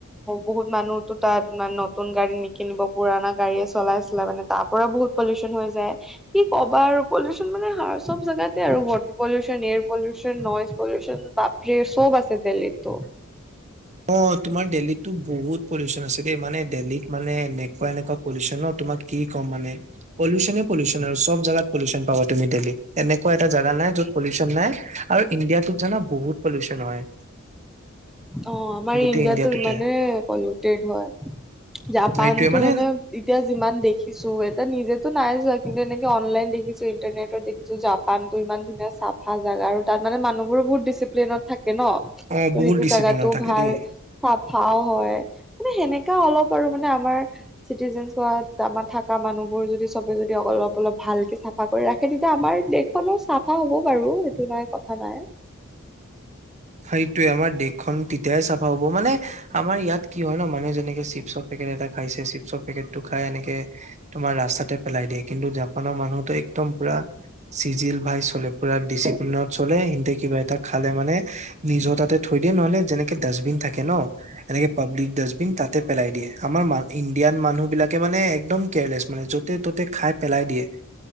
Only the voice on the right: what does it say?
অ তোমাৰ দিল্লীটো বহুত। পলিউশ্যন আছে দেই মানে দিল্লীত মানে এনেকুৱা এনেকুৱা পলিউশ্যন ন তোমাক কি ক'ম মানে। পলিউশ্যনে পলিউশ্যনে আৰু চব জাগাত পলিউশ্যন পাবা তুমি দিল্লীত এনেকুৱা এটা জেগা নাই যত পলিউশ্যন নাই। আৰু ইণ্ডিয়াটোত জানা বহুত পলিউশ্যন হয়।
গোটেই
ইণ্ডিয়াটোতে
সেইটোয়ে মানে
অ',
বহুত
ডিচিপ্লিনত
থাকে
দেই।
সেইটোৱে আমাৰ দেশখন তেতিয়াই চাফা হব মানে। আমাৰ ইয়াত কি হয় ন মানুহে যেনেকে চিপছৰ পেকেট এটা খাইছে চিপছৰ পেকেটতো খাই এনেকে। তোমাৰ ৰাস্তাতে পেলাই দিয়ে কিন্তু জাপানৰ মানুহতো একদম পুৰা। চিজিল ভাই চলে পুৰা ডিচিপ্লনত চলে সতে কিবা এটা খালে মানে। নিজৰ তাতে থৈ দিয়ে নহলে যেনেকে ডাষ্টবিন থাকে ন। এনেকে পাব্লিক ডাষ্টবিন তাতে পেলাই দিয়ে আমাৰ মা। ইণ্ডিয়ান মানুহ বিলাকে মানে একদম কেয়াৰলেছ মানে য'তে ত'তে খাই পেলাই দিয়ে।